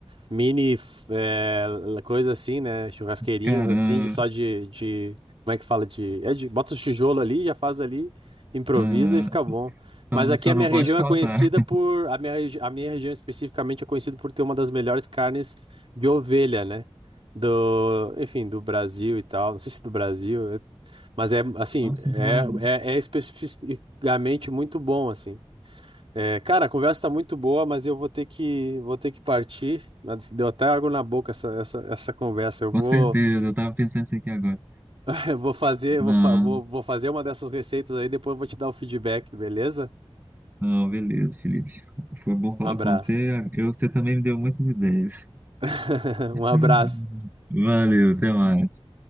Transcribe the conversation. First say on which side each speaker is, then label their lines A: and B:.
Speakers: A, on the right; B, on the right.
A: mini f- é, coisa assim, né? Churrasqueirinhas
B: Cara,
A: assim, de só
B: ah,
A: de, de como é que fala de, é de bota os tijolo ali, já faz ali, improvisa
B: ah,
A: e fica bom.
B: só,
A: Mas
B: não-
A: aqui
B: só
A: a
B: não
A: minha região
B: pode faltar.
A: é conhecida
B: <laughs>
A: por a minha, regi- a minha região especificamente é conhecida por ter uma das melhores carnes de ovelha, né? Do, enfim, do Brasil e tal. Não sei se do Brasil, é- mas é assim,
B: Nossa,
A: é,
B: que maravilha.
A: é, é especificamente muito bom assim. É, cara, a conversa tá muito boa, mas eu vou ter que, vou ter que partir. Na- Deu até água na boca essa, essa, essa conversa. Eu vou,
B: Com certeza, eu tava pensando isso aqui agora.
A: <laughs> eu vou fazer, eu
B: Não,
A: vou, fa- vou, vou fazer uma dessas receitas aí, depois eu vou te dar o feedback, beleza?
B: não, beleza, Felipe. Foi bom falar
A: Um abraço.
B: com você. Eu, você também me deu muitas ideias.
A: <laughs>
B: <laughs>
A: Um abraço.
B: Valeu, até mais.